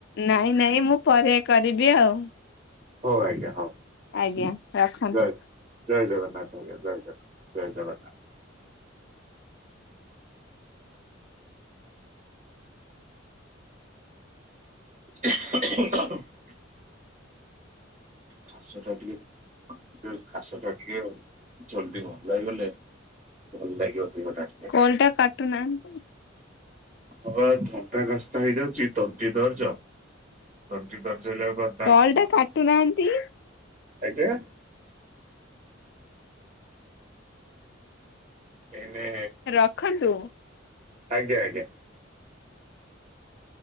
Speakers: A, on the left; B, on the right.
A: ନାଇଁ ନାଇଁ ମୁଁ ପରେ କରିବି ଆଉ।
B: ହଉ ଆଜ୍ଞା ହଉ
A: ଆଜ୍ଞା ରଖନ୍ତୁ
B: ଜୟ ଜୟ ଜଗନ୍ନାଥ ଆଜ୍ଞା ଜୟ ଜଗ ଜୟ ଜଗନ୍ନା <inaudible> ଖାସଟା ଟିକେ ଏଠି ହୋଉଚି ଖାସଟା ଟିକେ ଆଉ। ଜଲଦି ଭଲ ହେଇଗଲେ ଭଲ ଲାଗିବ ଦେହଟା। ଟିକେ।
A: କଲ୍ ଟା କାଟୁ ନାହାନ୍ତି।
B: ହଁ ବା ଥଣ୍ଡା କାଶଟା ହେଇଯାଉଚି ତଣ୍ଟି ଦରଜ ତଣ୍ଟି ଦର୍ଜ ହେଲା ଅଳୁକୁ ଆ
A: କଲ୍ ଟା କାଟୁ ନାହାନ୍ତି।
B: ଆଜ୍ଞା? ଏଇନେ
A: ରଖନ୍ତୁ।
B: ଆଜ୍ଞା ଆଜ୍ଞା।